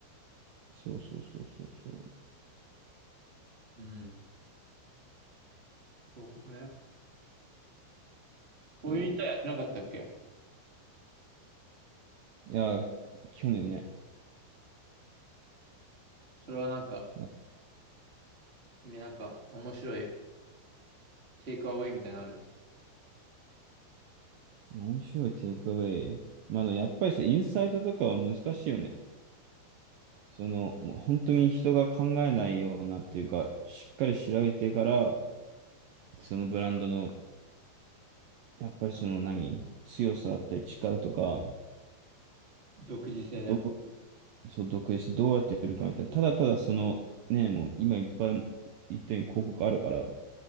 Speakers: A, on the right; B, on the right.
A: そうそうそうそうそう。
B: うん。広告ね。こういう歌やってなかったっけ
A: そう。いや、去年ね。
B: それはなんか、
A: いや
B: みなんか面白いテイクアウェイみたいなのある。
A: 面白いテイクアウェイ。まだやっぱりさ、インサイトとかは難しいよね。その、もう本当に人が考えないようなっていうか、しっかり調べてから、そのブランドのやっぱりその何、強さだったり力とか、
B: 独自性で。
A: どう、そう、独立してどうやって売るかみたいな、ただただその、ね、もう今いっぱい言ったように広告あるから、